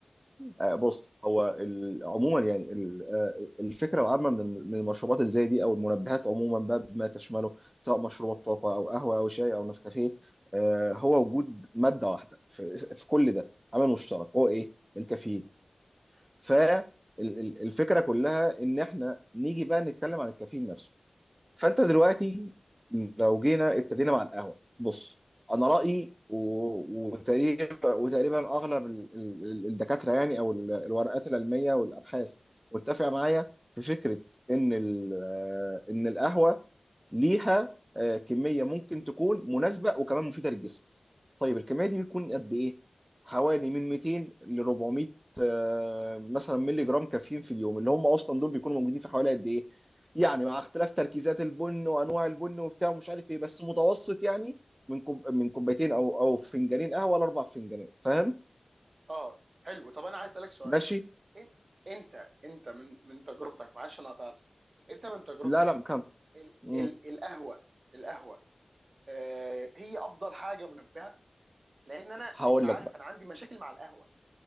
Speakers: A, on the right (about 15°); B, on the right (about 60°).
A: آه، بص هو ال- عموما يعني ال- آه، الفكره العامه من الم- من المشروبات اللي زي دي او المنبهات عموما بقى بما تشمله سواء مشروبات طاقه او قهوه او شاي او نسكافيه آه،
B: مم.
A: هو وجود ماده واحده في في كل ده عامل مشترك
B: جميل
A: هو ايه؟ الكافيين فالفكره كلها ان احنا نيجي بقى نتكلم عن الكافيين نفسه فانت دلوقتي لو جينا ابتدينا مع القهوه بص انا رايي و- وتقريبا وتقريبا اغلب ال- ال- ال- الدكاتره يعني او ال- الورقات العلميه والابحاث متفقه معايا في فكره ان ال- ان القهوه ليها آه، كميه ممكن تكون مناسبه وكمان مفيده للجسم طيب الكميه دي بتكون قد ايه حوالي من 200 ل 400 آه، مثلا مللي جرام كافيين في اليوم اللي هم اصلا دول بيكونوا موجودين في حوالي قد ايه يعني مع اختلاف تركيزات البن وانواع البن وبتاع ومش عارف ايه بس متوسط يعني من كوب من كوبايتين او او فنجانين قهوه لاربع فنجانات فاهم
B: اه حلو طب انا عايز اسالك سؤال
A: ماشي
B: إن- انت انت من من تجربتك معلش انا قطعتك انت من تجربتك
A: لا لا كم
B: ال
A: مم.
B: ال القهوه القهوه آه هي افضل حاجه منبهه لان انا
A: هقول
B: انت عارف
A: لك بقى
B: انا عندي مشاكل مع القهوه